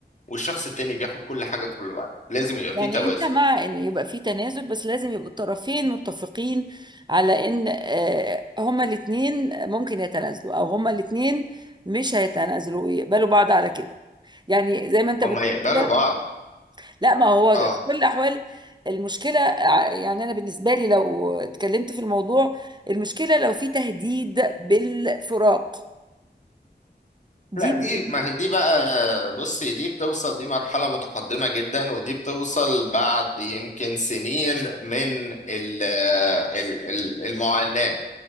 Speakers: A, on the left (about 45°); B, on the right (about 25°).
A: والشخص التاني بياخد كل حاجة طول الوقت لازم يبقى في
B: يعني
A: توازن
B: انت مع ان يبقى في تنازل بس لازم يبقوا الطرفين متفقين على ان آه، هما الاتنين ممكن يتنازلوا او هما الاتنين مش هيتنازلوا ويقبلوا بعض على كده يعني زي ما انت
A: هما
B: بتقول
A: يقبلوا
B: كده
A: بعض
B: لا ما هو
A: اه
B: في كل الاحوال المشكلة ع- يعني انا بالنسبة لي لو اتكلمت في الموضوع المشكلة لو في تهديد بالفراق
A: لا
B: دي
A: دي ما
B: دي-
A: هي دي بقى بصي دي بتوصل دي مرحلة متقدمة جدا ودي بتوصل بعد يمكن سنين من ال ال ال- المعاناة